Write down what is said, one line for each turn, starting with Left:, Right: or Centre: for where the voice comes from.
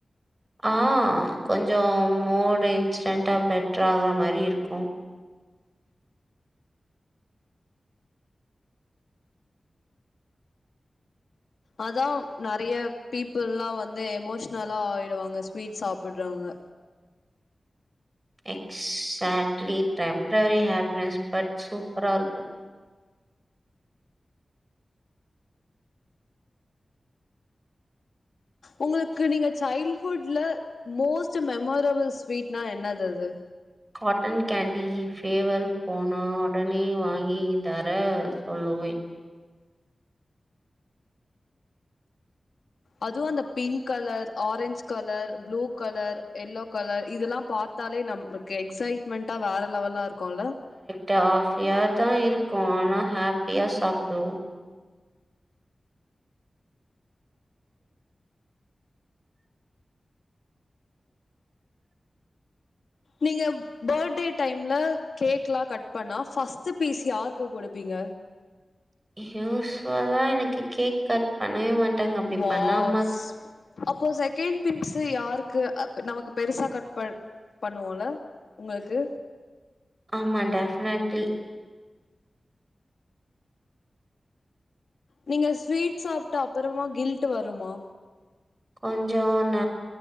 Right: ஆஹ் கொஞ்சம் மோடு இன்சிடென்டா பெட்டர் ஆகுற மாதிரி இருக்கும்
Left: அதான் நிறைய பீப்புள்ல்லாம் வந்து எமோஷ்னலா ஆயிடுவாங்க ஸ்வீட்ஸ் சாப்பிடுறவங்க
Right: எக்ஸாட்லி டெம்ரரி ஹாப்பினஸ் பட் சூப்பரா இருக்கும்
Left: உங்களுக்கு நீங்க சைல்ட் ஹுட்ல மோஸ்ட் மெமரபிள் ஸ்வீட்னா என்னது அது
Right: காட்டன் கேண்டி ஃபேவர் போனோ உடனே வாங்கி தர சொல்லுவேன்
Left: அதுவும் அந்த pink colour orange colour blue colour yellow colour இதெல்லாம் பாத்து த்தாலே நம்மளுக்கு எக்ஸைட்மெண்டா வேற லெவெல்லா இருக்கும்ல்ல
Right: டாஃபியா தான் இருக்கும் ஆனால் ஹாப்பியாக சாப்பிடுவோம்
Left: நீங்க பர்த்டே டைம்ல கேக் எலாம் கட் பண்ணா ஃபஸ்ர்ட் பீஸ் யாருக்கு குடுப்பீங்க
Right: யூஸ்வல்ல எனக்கு கேக் கட் பண்ணவே மாட்டாங்க அப்படி
Left: வாவ்
Right: பண்ணா அம்மாக்கு
Left: அப்போ செகண்ட் பீஸ் யாருக்கு நமக்கு பெருசா கட்பன் பண்ணுவோல உங்களுக்கு
Right: ஆமா டெஃபினட்லி
Left: நீங்க ஸ்வீட் சாப்ட்டு அப்புறமா கில்ட் வருமா
Right: கொஞ்சம் ந